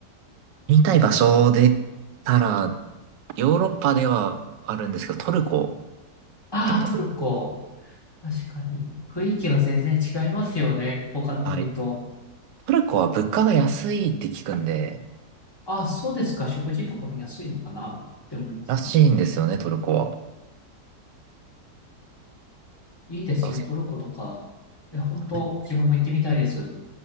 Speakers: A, on the right (about 85°); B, on the left (about 15°).
A: 見たい場所で言ったら、ヨーロッパではあるんですけど、トルコ
B: ああー、
A: 行ってみたいですね。
B: トルコ。確かに。雰囲気が全然違いますよね。他の国と。
A: はい。トルコは物価が安いって聞くんで、
B: ああ、そうですか。食事とかも安いのかなって思いますね。
A: らしいんですよね、トルコは。
B: いいですね。
A: そうそ
B: トルコとか。いや、本当自分も行ってみたいです。
A: うはい